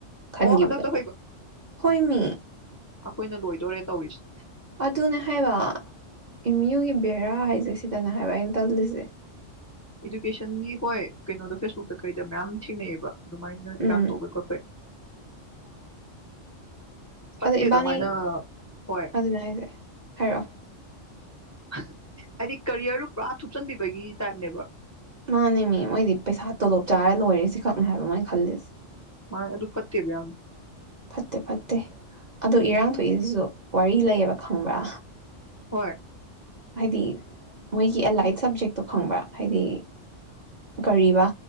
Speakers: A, on the right; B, on the left.
A: ꯈꯟꯈꯤꯕꯗꯣ
B: ꯑꯣ ꯍꯟꯗꯛꯇ
A: ꯍꯣꯏ ꯃꯤ꯫
B: ꯑꯈꯣꯏꯅ ꯂꯣꯏꯗꯣꯔꯦ ꯇꯧꯔꯤꯁꯦ꯫
A: ꯑꯗꯨꯅ ꯍꯥꯏꯕꯥ꯫ ꯏꯦꯝꯌꯨꯒꯤ ꯕꯦꯔꯥ ꯍꯥꯏꯁꯦ ꯁꯤ ꯐꯖꯅ ꯍꯥꯏꯕ ꯑꯩꯅ ꯇꯜꯂꯤꯁꯦ꯫
B: ꯏꯗꯨꯀꯦꯁꯟꯒꯤ ꯍꯣꯏ ꯀꯩꯅꯣꯗꯣ ꯐꯦꯁꯕꯨꯛꯇ ꯀꯩꯗ ꯃꯌꯥꯝ ꯊꯦꯡꯅꯩꯑꯕ꯫ ꯑꯗꯨꯃꯥꯏꯅ ꯏꯔꯥꯡ
A: ꯎꯝ
B: ꯇꯧꯕꯩ ꯈꯣꯠꯄꯩ ꯐꯠꯇꯦ
A: ꯑꯗꫭ ꯏꯕꯥꯅꯤ
B: ꯑꯗꯨꯃꯥꯏꯅ ꯍꯣꯏ
A: ꯑꯗꯨꯅꯦ ꯍꯥꯏꯁꯦ ꯍꯥꯏꯔꯛꯑꯣ꯫
B: ꯍꯥꯏꯗꯤ ꯀꯔꯤꯌꯔꯗꯨ ꯄꯨꯔꯥ ꯊꯨꯞꯆꯟꯕꯤꯕꯒꯤ ꯇꯥꯏꯞꯅꯦꯕ꯫
A: ꯃꯥꯅꯦ ꯃꯤ ꯃꯣꯏꯗꯤ ꯄꯩꯁꯥ ꯇꯣꯂꯣꯞ ꯆꯥꯔ ꯂꯣꯏꯔꯦ ꯁꯤꯈꯛꯅꯦ ꯍꯥꯏꯕ ꯃꯣꯏ ꯈꯜꯂꯤꯁꯦ꯫
B: ꯃꯥꯅꯦ ꯑꯗꯨ ꯐꯠꯇꯦꯕ ꯌꯥꯝ
A: ꯐꯠꯇꯦ-ꯐꯠꯇꯦ ꯑꯣ
B: ꯎꯝ
A: ꯏꯔꯥꯡ ꯊꯣꯛꯏꯁꯤꯁꯨ ꯋꯥꯔꯤ ꯂꯩꯌꯦꯕ ꯈꯪꯕ꯭ꯔꯥ꯫
B: ꯍꯣꯏ
A: ꯍꯥꯏꯗꯤ ꯃꯣꯏꯒꯤ ꯑꯦꯂꯥꯏꯠ ꯁꯕꯖꯦꯛꯇꯣ ꯈꯪꯕ꯭ꯔꯥ ꯍꯥꯏꯗꯤ ꯀꯔꯤꯕ